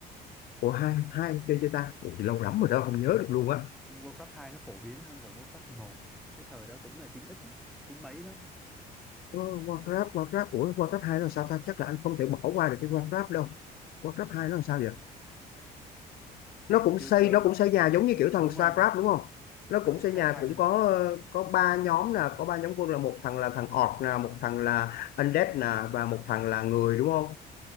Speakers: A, on the left; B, in the centre.
A: ủa hai hai anh chơi chơi ta Ủa, thì lâu lắm rồi đó không nhớ được luôn á
B: Warcraft hai nó phổ biến hơn cả Warcraft một Cái thời đó cũng là chín x á, chín mấy đó.
A: Ờ, qua Grab qua Grab ủa qua Grab hai nó sao ta chắc là anh không thể bỏ qua được cái qua Grab đâu qua Grab hai nó làm sao vậy
B: Em
A: nó cũng
B: chưa
A: xây
B: chơi.
A: nó cũng xây nhà giống như kiểu
B: Đúng
A: thằng Star
B: rồi,
A: Grab đúng không nó
B: nó
A: cũng
B: cũng
A: xây
B: xây
A: nhà
B: thành.
A: cũng có ờ, có ba nhóm nè có ba nhóm quân là một thằng là thằng orc nè một thằng là undead nè và một thằng là người đúng không